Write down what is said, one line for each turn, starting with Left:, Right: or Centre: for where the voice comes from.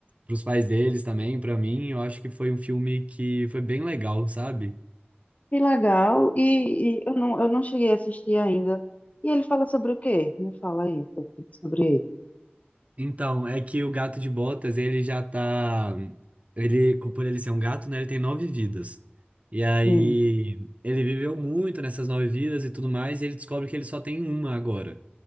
Right: para os pais deles também, para mim. Eu acho que foi um filme que foi bem legal, sabe?
Left: que legal. E, e eu não, eu não cheguei a assistir ainda. E ele fala sobre o quê? Me fala aí um pouco sobre ele.
Right: Então, é que o gato de botas, ele já tá. Ele, por ele ser um gato, né? Ele tem nove vidas. E aí,
Left: Sim.
Right: ele viveu muito nessas nove vidas e tudo mais, e ele descobre que ele só tem uma agora.